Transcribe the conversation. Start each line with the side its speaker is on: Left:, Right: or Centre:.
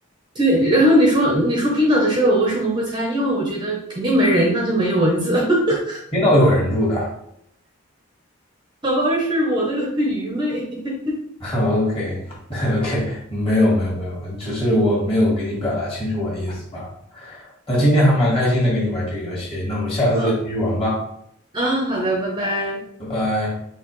Right: 对，然后你说，你说冰岛的时候，我为什么会猜？因为我觉得肯定没人，那就没有蚊子。<laughs>
Left: 冰岛有人住的，
Right: 好吧，是我的 <laughs> 愚昧。<laughs>
Left: OK <laughs> OK，没有没有没有，只是我没有给你表达清楚我的意思吧？那今天还蛮开心的跟你玩这个游戏，那我们下次再继续玩吧，
Right: 嗯嗯，好的，拜拜。
Left: 拜拜。